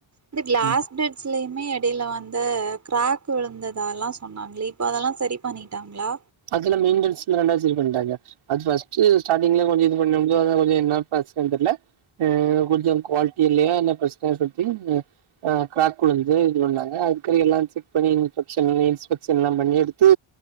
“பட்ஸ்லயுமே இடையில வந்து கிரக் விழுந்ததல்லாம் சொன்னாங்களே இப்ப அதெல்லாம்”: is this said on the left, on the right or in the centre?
Right